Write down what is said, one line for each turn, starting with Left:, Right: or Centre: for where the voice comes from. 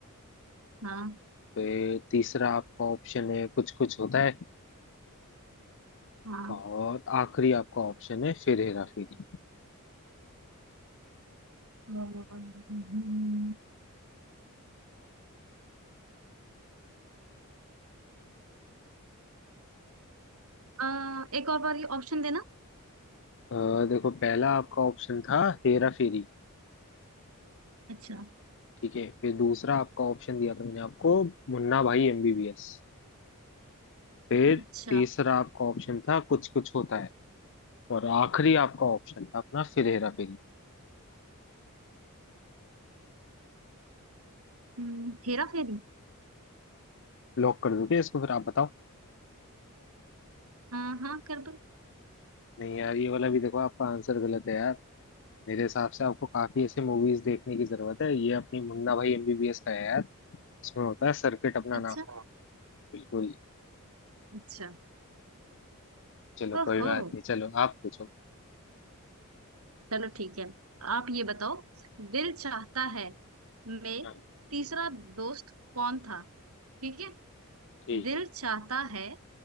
Right: हाँ
Left: ए, तीसरा आपका ऑप्शन है कुछ कुछ होता है
Right: हाँ
Left: और आखिरी आपका ऑप्शन है फिर हेरा फेरी
Right: हम्म, आ, एक और बार ये ऑप्शन देना
Left: अ, देखो पहला आपका ऑप्शन था हेरा फेरी
Right: अच्छा
Left: ठीक है फिर दूसरा आपका ऑप्शन दिया था मैंने आपको मुन्ना भाई एमबीबीएस फिर
Right: अच्छा
Left: तीसरा आपका ऑप्शन था कुछ कुछ होता है और आखिरी आपका ऑप्शन था अपना फिर हेरा फेरी
Right: हम्म, हेरा फेरी
Left: लॉक कर दोगे इसको फिर आप बताओ
Right: हाँ हाँ कर दो
Left: नहीं यार ये वाला भी देखो आपका आंसर गलत है यार मेरे हिसाब से आपको काफी ऐसी मूवीज देखने की जरूरत है ये अपनी मुन्ना भाई एमबीबीएस का है यार इसमें होता है सर्किट अपना
Right: अच्छा
Left: नाम बिल्कुल
Right: अच्छा
Left: चलो कोई
Right: ओहो
Left: बात नहीं चलो आप पूछो
Right: चलो ठीक है आप ये बताओ दिल चाहता है में
Left: हाँ
Right: तीसरा दोस्त कौन था ठीक है
Left: ठीक
Right: दिल
Left: है
Right: चाहता है